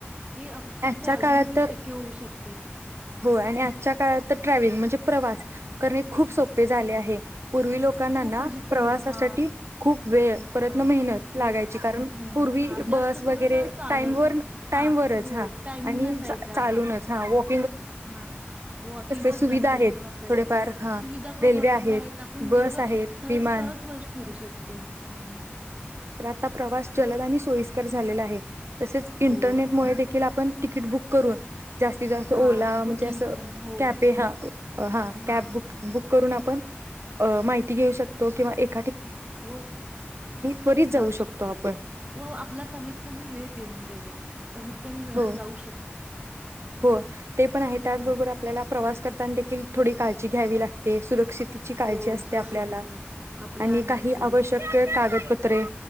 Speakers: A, on the right; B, on the right.
A: हे फक्त एक ट्रॅव्हलिंगमुळे
B: च्या काळात तर
A: शक्य होऊ शकते. अ
B: होय आणि आजच्या काळात तर ट्रॅ मेन म्हणजे प्रवास करणे खूप
A: हा.
B: सोपे झाले आहे. पूर्वी लोकांनाना
A: खूप म्हणजे खूप
B: प्रवासासाठी
A: हा
B: खूप वेळ परत
A: अ
B: न मेहनत
A: वे
B: लागायची कारण
A: मेहनत
B: पूर्वी
A: हा
B: बस
A: जास्त
B: वगैरे
A: करून चालत
B: टाईम वर टाईम
A: हा
B: वरच
A: हो
B: हा
A: टायमिंग
B: आणि
A: नसायच्या
B: चा चालूनच हा वॉक
A: हा वॉकिंगच
B: सुविधा
A: जास्त
B: आहेत
A: करून असायच
B: थोडेफार हा
A: सुविधा ख
B: रेल्वे
A: भरपूर आहेत आपण
B: बस
A: जग
B: आहेत
A: सहज
B: विमान
A: सहज बस फिरू शकतो. हा
B: ता प्रवास जलद आणि सोयीस्कर झालेला आहे. तसेच इंट
A: हो
B: इंटरनेटमुळे देखील आपण टिकीट बुक करून जास्तीत जास्त
A: हा
B: ओला म्हणजे
A: बुकिंग
B: अस
A: करून हो
B: कॅफे हा
A: हा
B: कॅब बुक बुक करुन आपण अ माहिती घेऊ शकतो किंवा एक
A: व
B: त्वरित
A: जाऊ
B: शकतो
A: शकतोय
B: आपण
A: व आपला कमीत कमी वेळ देऊन त्याज्यात कमीत कमी वेळात
B: हो
A: जाऊ शकतो.
B: हो ते पण आहे. त्याचबरोबर
A: हा
B: आपल्याला प्रवास करताना देखील थोडी काळजी घ्यावी लागते. सुरक क्षेतेची काळजी
A: हो
B: असते.
A: सुरक्षितता
B: आपल्याला
A: आपल्या
B: आणि
A: अन्नाची
B: काही आवश्यक कागदपत्रे